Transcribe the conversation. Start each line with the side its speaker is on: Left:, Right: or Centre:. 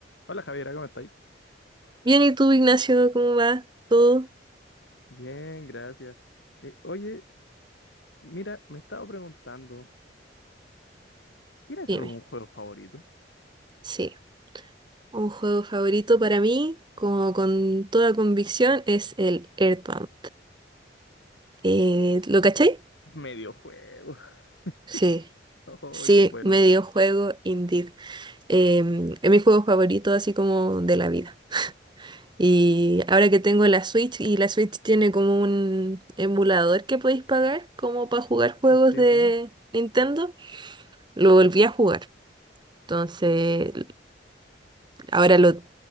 Left: Hola Javiera, ¿cómo estáis?
Right: Bien, ¿y tú, Ignacio, cómo va todo?
Left: Bien, gracias. Eh, oye, mira, me estaba preguntando, ¿tienes
Right: Dime.
Left: algún juego favorito?
Right: Sí, un juego favorito para mí, como con toda convicción, es el Earthbound. Eh, ¿lo cachai?
Left: Mediojuego. <laughs>
Right: Sí,
Left: Oh,
Right: sí,
Left: qué bueno.
Right: medio juego, indeed. Em, es mi juego favorito, así como de la vida. Y ahora que tengo la Switch, y la Switch tiene como un emulador que podéis pagar, como para jugar juegos
Left: Sí,
Right: de
Left: sí.
Right: Nintendo, lo volví a jugar. Entonces, Ahora lo,